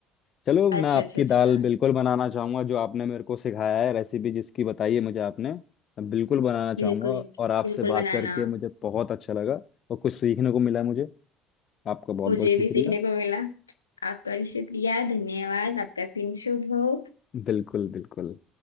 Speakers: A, on the left (about 45°); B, on the left (about 85°).
A: चलो
B: अच्छा
A: मैं आपकी
B: अच्छा अच्छा
A: दाल बिल्कुल बनाना चाहूंगा जो आपने मेरे को सिखाया है रेसिपी जिसकी बताई है मुझे आपने मैं बिल्कुल बनाना चाहूंगा
B: बिल्कुल
A: और आपसे
B: बिल्कुल
A: बात
B: बनाना
A: करके मुझे बहुत अच्छा लगा और कुछ सीखने को मिला मुझे आपका बहुत
B: मुझे
A: बहुत शुक्रिया
B: भी सीखने को मिला आपका भी शुक्रिया धन्यवाद आपका दिन शुभ हो
A: बिल्कुल बिल्कुल